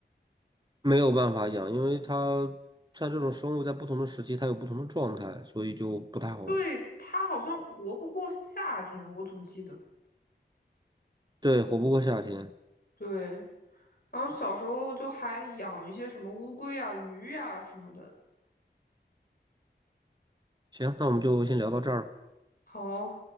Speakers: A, on the right; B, on the left.
A: 没有办法养，因为它像这种生物在不同的时期它有不同的状态，所以就不太好，
B: 对，它好像活不过夏天，我总记得。
A: 对，活不过夏天。
B: 对，然后小时候就还养一些什么乌龟啊、鱼啊什么的。
A: 行，那我们就先聊到这儿。
B: 好，